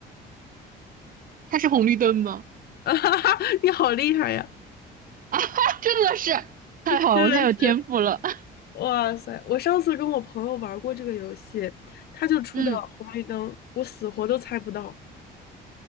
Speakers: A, on the right; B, on the left.
A: 它是红绿灯吗？
B: <laughs> 你好厉害呀！
A: <laughs> 啊，真的是太好了，
B: 真的是，
A: 我太有天赋了。<laughs>
B: 哇塞！我上次跟我朋友玩过这个游戏，他就出的红绿灯，
A: 嗯，
B: 我死活都猜不到，